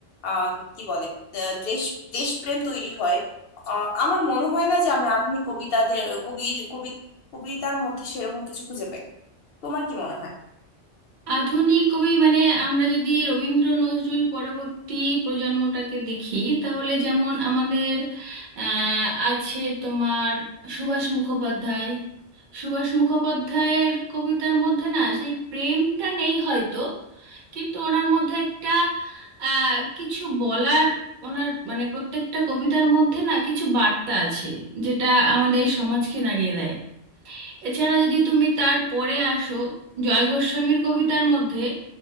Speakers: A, on the left; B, on the right.
A: আহ, কি বলে আহ, দেশ দেশপ্রেম তৈরি হয় আহ, আমার মনে হয় না যে আমি আধুনিক কবিতাদের কবির কবি কবিতার মধ্যে সেরকম কিছু খুঁজে পাই তোমার কি মনে হয়
B: আধুনিক কবি মানে আমরা যদি রবীন্দ্র নজরুল পরবর্তী প্রজন্মটাকে দেখি তাহলে যেমন আমাদের আহ, আছে তোমার সুভাষ মুখোপাধ্যায় সুভাষ মুখোপাধ্যায়ের কবিতার মধ্যে না সেই প্রেমটা নেই হয়তো কিন্তু ওনার মধ্যে একটা আহ, কিছু বলার ওনার মানে প্রত্যেকটা কবিতার মধ্যে না কিছু বার্তা আছে যেটা আমাদের সমাজকে নাড়িয়ে দেয় এছাড়া যদি তুমি তার পরে আসো জয় গোস্বামীর কবিতার মধ্যে